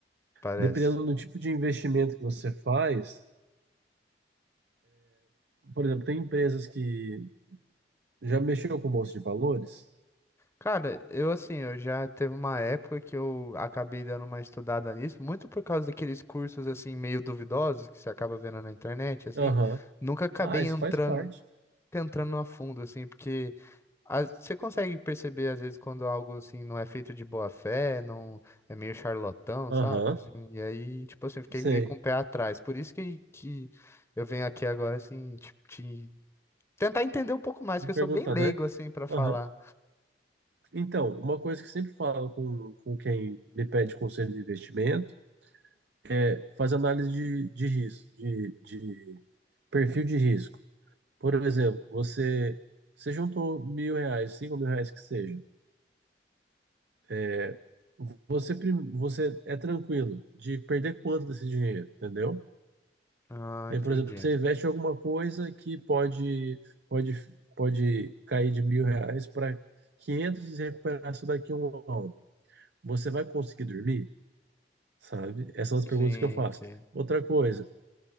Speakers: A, on the left; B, on the right.
A: parece.
B: dependendo do tipo de investimento que você faz. Por exemplo, tem empresas que já mexeu com bolsa de valores?
A: Cara, eu assim, eu já teve uma época que eu acabei dando uma estudada nisso, muito por causa daqueles cursos assim meio duvidosos que você acaba vendo na internet, assim,
B: Aham.
A: nunca acabei
B: Ah, isso
A: entrando,
B: faz parte.
A: entrando a fundo assim, porque a- Você consegue perceber, às vezes, quando algo assim não é feito de boa fé, não é meio charlatão,
B: Aham.
A: sabe? Assim, e aí, tipo assim, eu fiquei
B: Sei.
A: meio com o pé atrás. Por isso que, que eu venho aqui agora, assim, te, te- tentar entender um pouco mais,
B: Me
A: que eu
B: perguntar,
A: sou bem leigo,
B: né?
A: assim, pra falar.
B: Aham. Então, uma coisa que eu sempre falo com, com quem me pede conselho de investimento é fazer análise de, de risco, de, de perfil de risco. Por exemplo, você, você juntou mil reais, cinco mil reais que seja. é, Você, prim- você é tranquilo de perder quanto desse dinheiro, entendeu?
A: Ah,
B: É,
A: entendi.
B: por exemplo, você investe em alguma coisa que pode, pode, pode cair de mil reais para 500 e recuperar isso daqui a um ano. Você vai conseguir dormir? Sabe? Essas são as perguntas
A: Sim,
B: que eu faço.
A: sim.
B: Outra coisa,